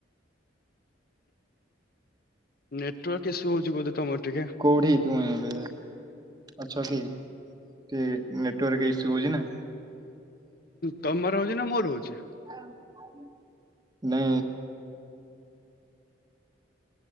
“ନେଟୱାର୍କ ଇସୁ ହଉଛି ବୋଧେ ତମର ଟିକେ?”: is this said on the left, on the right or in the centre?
Left